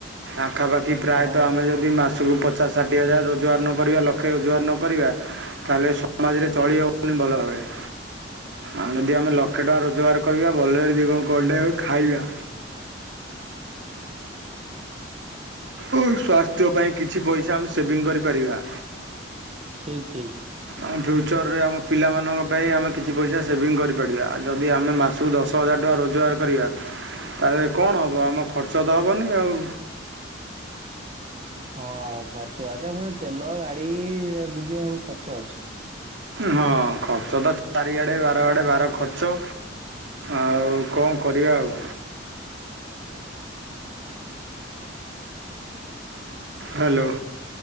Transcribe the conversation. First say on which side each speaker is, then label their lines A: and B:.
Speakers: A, on the right (about 70°); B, on the right (about 35°).
A: ଆଖାପାଖି ପ୍ରାୟତଃ
B: ହଁ
A: ଆମେ ଯ ଯଦି ମାସକୁ ପଚାଶ ଷାଠିଏ ହଜାର ରୋଜଗାର ନ କରିବା ଲକ୍ଷେ ରୋଜଗାର ନ କରିବା ତାହେଲେ ସମାଜରେ ଚଳି ହବନି ଭଲ ଭାବରେ। ଆଉ ଯଦି ଆମେ ଲକ୍ଷେ ଟଙ୍କା ରୋଜଗାର କରିବା ଭଲରେ ଦି ଗୁ ଗଣ୍ଡେ ହଉ ଖାଇବା। ଓ ସ୍ଵାସ୍ଥ୍ୟ ପାଇଁ କିଛି ପଇସା ଆମେ ସେଭିଂ କରିପାରିବା।
B: ଠିକ୍ ଠିକ୍।
A: ଆମ ଫ୍ୟୁଚରରେ ଆମ ପିଲାମାନଙ୍କ ପାଇଁ ଆମେ କିଛି ପଇସା ସେଭିଙ୍ଗ କରିପାରିବା। ଆଉ ଯଦି ଆମେ ମାସକୁ ଦଶ ହଜାର ଟଙ୍କା ରୋଜଗାର କରିବା ତାହେଲେ କଣ ହେବ ଆମ ଖର୍ଚ୍ଚ ତ ହେବନି ଆଉ।
B: ହଁ-ଅ-ଅ-ଅ ଖର୍ଚ୍ଚ ଆଚ୍ଛା ପୁଣି ତେଲ ଗାଡି-ଇ-ଇ-ଇ ଦୁନିଆ ସବୁ ଖର୍ଚ୍ଚ ଅଛି।
A: ହଁ ଖର୍ଚ୍ଚ ତ ଚାରିଆଡ଼େ ବାର ଆଡ଼େ ବାର ଖର୍ଚ୍ଚ ଆଉ କଣ କରିବା ଆଉ। ହାଲୋ।